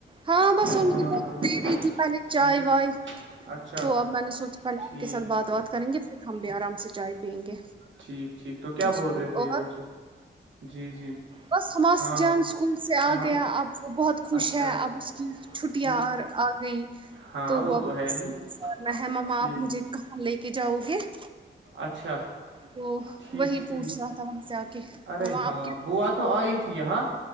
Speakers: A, on the right; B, on the right.
A: ہاں بس انہیں
B: ہاں
A: تو
B: ہاں
A: دے رہی تھی پہلے چائے
B: ٹھیک
A: وائے
B: اچھا
A: تو اب میں نے سوچا پہلے آپ
B: ٹھیک
A: کے ساتھ بات بات کریں گے پھر ہم بھی آرام سے چائے پیئیں گے
B: ٹھیک ٹھیک تو کیا
A: جی
B: بول رہے تھے
A: اور
B: یہ بچے جی جی
A: بس ہماس
B: ہاں
A: جان اسکول سے
B: ہاں
A: آ گیا اب وہ بہت خوش
B: اچھا
A: ہے اب اس کی چھٹیاں
B: ٹھیک
A: اور آ گئییں
B: ہاں
A: تو وہ
B: ہے ہی
A: ابنا ہے مما
B: ٹھیک
A: آپ مجھے کہاں لے کے جاؤ گے <inaudible>
B: اچھا
A: تو
B: ٹھیک
A: وہی
B: ٹھیک
A: پوچھ رہا تھا وہاں سے آ کے
B: ارے
A: ما
B: ہاں
A: آپ کس
B: بوا تو آئی تھی یہاں